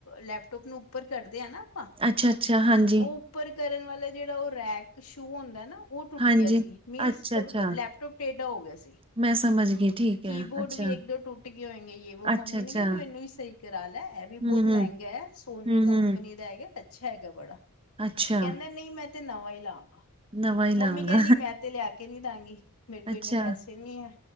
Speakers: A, on the left; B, on the right.
A: ਲੈਪਟੋਪ ਨੂੰ ਉੱਪਰ ਕਰਦੇ ਆ ਨਾ ਆਪਾਂ
B: ਅੱਛਾ ਅੱਛਾ ਹਾਂਜੀ।
A: ਉਹ ਉੱਪਰ ਕਰਨ ਵਾਲਾ ਜਿਹੜਾ ਉਹ, ਰੈਕ ਸ਼ੂ ਹੁੰਦਾ ਨਾ ਉਹ
B: ਹਾਂਜੀ-ਹਾਂਜੀ,
A: ਟੁੱਟ ਗਿਆ ਸੀ ਮੀਨਸ
B: ਅੱਛਾ-ਅੱਛਾ,
A: ਲੈਪ ਟ ਟੁਟ, ਟੇਡਾ ਹੋ ਗਿਆ ਸੀ।
B: ਮੈਂ ਸਮਝ ਗਈ ਠੀਕ
A: ਕੀ
B: ਐ
A: ਬੋਰਡ
B: ਅੱਛਾ,
A: ਵੀ ਇੱਕ ਦੋ ਟੁੱਟ ਗਏ ਹੋਏਗੇ ਯ ਵੋ, ਮੰਮੀ
B: ਅੱਛਾ-ਅੱਛਾ,
A: ਨੇ ਕਿਹਾ ਤੂੰ ਇਹਨੂੰ ਹੀ ਸਹੀ ਕਰਾ ਲੈ। ਇਹ ਵੀ ਬਹੁਤ
B: ਹੂੰ-ਹੂੰ,
A: ਮਹਿੰਗਾ ਹੈ, ਸੋਨੀ
B: ਹੂੰ-ਹੂੰ।
A: ਕੰਪਨੀ ਦਾ ਹੈਗਾ। ਅੱਛਾ ਹੈਗਾ ਬੜਾ,
B: ਅੱਛਾ
A: ਕਹਿੰਦਾ ਨਹੀਂ ਮੈਂ ਤੇ ਨਵਾਂ ਹੀ ਲਾਵ
B: ਨਵਾਂ ਹੀ ਲਾਂਗਾ
A: ਮੰਮੀ ਕਹਿੰਦੀ, ਮੈਂ ਤੇ ਲਿਆ ਕੇ ਨੀ ਦਾਂਗੀ। ਮੇਰੇ ਕੋਲ
B: ਅੱਛਾ
A: ਇਨੇ ਪੈਸੇ ਨਹੀਂ ਹੈ,